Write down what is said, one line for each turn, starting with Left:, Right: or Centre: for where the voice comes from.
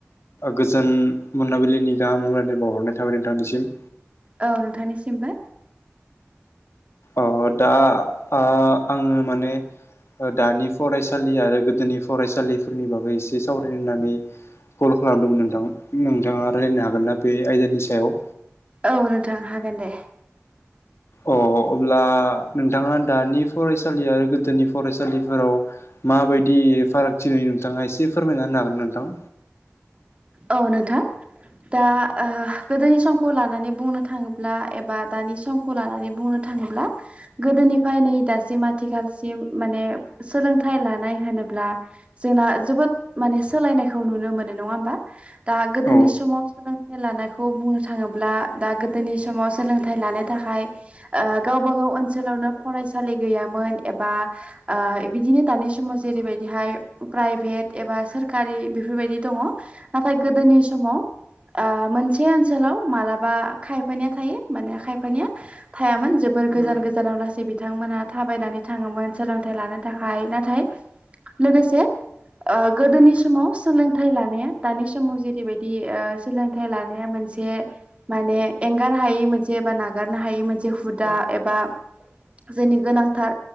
Left: गोजोन मोनाबिलिनि गाहाम हामलायनाय बावहरनाय थाबाय नोंथांनिसिम।
Right: औ नोंथांनिसिमबो।
Left: अ दा आ आङो माने दानि फरायसालि आरो गोदोनि फरायसालि फोरनि बागै एसे सावरायनो होनानै-य कल खालामदोंमोन नोंथां, नोंथाङा रायलायनो हागोन ना बे आयदानि सायाव?
Right: औ नोंथां, हागोन दे।
Left: अ, अब्ला नोंथाङा दानि फरायसालि आरो गोदोनि फरायसालिफोराव माबायदि फारागथि नुयो नोंथाङा एसे फोरमायना होनो हागोना नोंथां?
Right: औ नोंथां, दा, ओ गोदोनि समखौ लानानै बुंनो थाङोब्ला एबा दानि समखौ लानानै बुंनो था ङोब्ला, गोदोनिफ्राय नै दासिम आथिखालसिम माने सोलोंथाइ लानाय होनो ब्ला जोंना जोबोद माने सोलायनायखौ नुनो मोनो नङा होमबा? दा, गोदोनि
Left: औ
Right: समाव सोलोंथाइ लानायखौ बुंनो थाङोब्ला, दा गोदोनि समाव सोलोंथाइ ला नो थाखाय ओ गावबा-गाव ओनसोलावनो फरायसालि गैयामोन एबा ओ बिदिनो दानाय समाव जेरै बायदिहाय प्राइभेट एबा सोरखारि बेफोरबायदि दङ। नाथाय गोदोनि समाव ओ, मोनसे ओनसोलाव मालाबा खायफानिया थायो। माने खायफानिया थायामोन जोब बोर गोजान गोजानाव लासै बिथांमोना थाबायनानै थाङोमोन। सोलोंथायाइ लानो थाखाय। नाथाय लोगोसे ओ गोदोनि समाव सोलोंथाइ लानाया दानि समाव जेरैबायदि, ओ सोलोंथाइ लानाया मोनसे माने एंगार हायै मोनसे बा नागारनो हायै मोनसे हुदा एबा जोंनि गोनांथार